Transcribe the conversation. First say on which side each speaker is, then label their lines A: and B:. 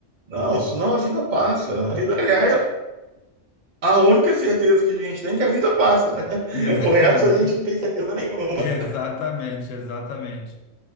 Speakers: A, on the right; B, on the left.
A: Não, senão a vida passa. A vida, aliás, a única certeza que a gente tem é que a vida passa, né? <laughs>
B: Exa-
A: O resto a gente não tem
B: <laughs>
A: certeza nenhuma.
B: Exatamente, exatamente.